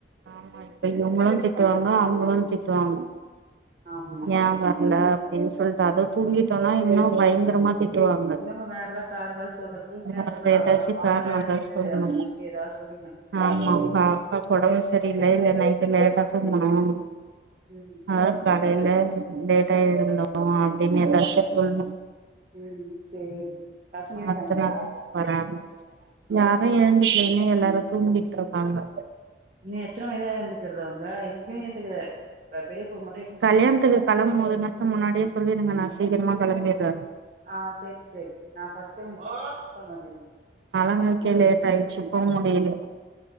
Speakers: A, on the right; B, on the right.
A: ஆமா இப்ப இவுங்களும் திட்டுவாங்க அவுங்களும் திட்டுவாங்க
B: ஆமா
A: ஏன் வர்ல
B: ஏன்னா
A: அப்டின்னு சொல்லிட்டு அதோ தூங்கிட்டோன்னா
B: தூங்
A: இன்னும் பயங்கரமா திட்டுவாங்க
B: <unintelligible> காரம் தான் சொன்ன தூந்தேன்னு
A: வேற
B: சொன்னா
A: ஏதாச்சு
B: அவ குழந்த
A: காரணந்தா
B: அழுதுது
A: சொல்லணு
B: அப்டின்னு சொல்லி ஏதாவது சொல்லீங்க
A: ஆமா பாபாக்கு ஒடம்பு சரியில்ல இல்ல நைட்டு் லேட்டா தூங்குனோம்
B: ம்
A: அதான் கடையில டேட்டா எழுதுனோ அப்டின்னு எதாச்சும் சொல்லனும்
B: ம் சேரி பசங்க இருக்காங்களா
A: அப்புறம் புறம் யா இன்னு எழுந்துக்கலேன்னா எல்லாரும் தூங்கிட்டு இருக்காங்க
B: இன்னோ எத்தன மனிக்குதா எழுந்துச்சறது இங்கயும் எழுந்துக்குல வே பெரியப்போ மொட்டயிங்
A: கல்யாணத்துக்கு களம்பும் மோது முன்னாடியே சொல்லிடுங்க நான் சீக்கிரமா களம்பிடுறேன்
B: ஆ செரி செரி நான் பர்ஸ்ட்ட உனக்கு கன்பார்ம் பண்ணிறேன்
A: நழங்குக்கே லேட் ஆயிடுச்சு போ முடில